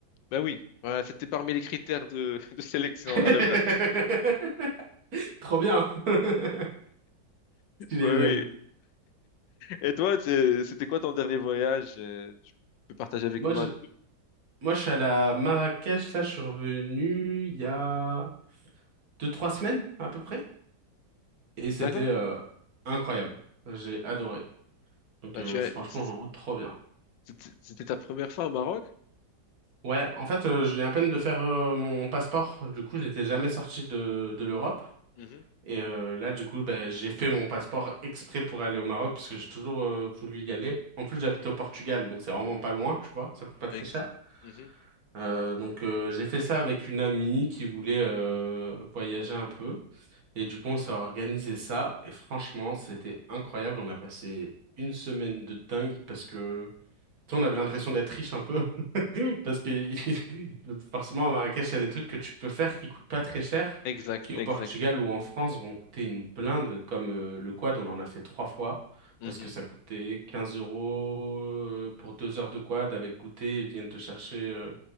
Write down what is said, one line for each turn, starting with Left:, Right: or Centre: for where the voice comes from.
Left: Ben oui. Voilà, c'était parmi les critères de, <laughs> de sélection
Right: <laughs>
Left: à la base.
Right: Trop bien. <laughs> Stylé,
Left: Ben
Right: j'avoue.
Left: oui. Et toi, c'est- c'était quoi ton dernier voyage? euh, Tu peux partager avec
Right: Moi,
Left: moi
Right: je,
Left: un peu?
Right: moi, je suis allé à Marrakech, là, je suis revenu il y a deux, trois semaines, à peu près. Et c'était
Left: D'accord.
Right: euh, incroyable. J'ai adoré. Donc,
Left: Ben,
Right: euh,
Left: tu
Right: franchement,
Left: as, c'est-
Right: trop bien.
Left: c'était c'était ta première fois au Maroc?
Right: Ouais, en fait, euh, je viens à peine de faire euh, mon passeport. Du coup, j'étais jamais sorti de, de l'Europe.
Left: Mhm,
Right: Et euh, là, du coup, ben, j'ai fait mon passeport exprès pour aller au Maroc parce que j'ai toujours euh, voulu y aller. En plus, j'habite
Left: mhm.
Right: au Portugal, donc c'est vraiment pas loin, tu vois. Ça coûte pas très
Left: Exact.
Right: cher.
Left: Mhm.
Right: Euh, donc, euh, j'ai fait ça avec une amie qui voulait euh, voyager un peu. Et du coup, on s'est organisé ça. Et franchement, c'était incroyable. On a passé une semaine de dingue parce que, tu sais, on avait l'impression d'être riche un peu. Parce que <laughs> forcément, à Marrakech, il y a des trucs que tu peux faire qui coûtent pas très cher,
Left: Exact,
Right: qui
Left: exact.
Right: au Portugal ou en France vont coûter une blinde, comme euh, le quad, on en a fait trois fois,
Left: Mhm.
Right: parce que ça coûtait 15 euros euh, pour deux heures de quad avec goûter, ils viennent te chercher euh,